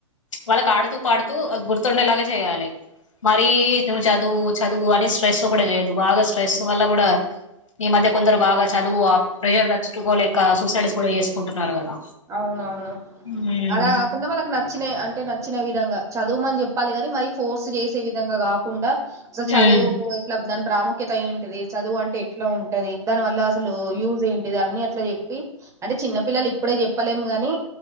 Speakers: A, on the left; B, on the right.
A: వాళ్ళకి ఆడుతూ పాడుతూ గుర్తుండేలాగ చేయాలి మరి నువు చదువు చదువు అని స్ట్రెస్ కూడ చేయదు బాగా స్ట్రెస్ వల్ల కూడా ఈ మధ్య కొందరు బాగా చదువు ఆ ప్రెషర్ తట్టుకోలేక సూసైడ్స్ కూడా చేసుకుంటున్నారు కదా
B: అవునవును
A: ఉమ్
B: అలా కాకుండా మనకు నచ్చిన అంటే నచ్చిన విధంగా చదువుమని చెప్పాలి కాని మరి ఫోర్స్ చేసే విధంగా కాకుండా అసలు చదువు
A: ఉమ్
B: ఎట్లా ధన్ ప్రాముఖ్యత ఏంటిది చదువు అంటే ఎట్లా ఉంటది దాని వల్ల అసలు యూజ్ ఏంటిది అన్ని ఇట్లా చెప్పి అంటే చిన్న పిల్లలు ఇప్పుడే చెప్పలేము కానీ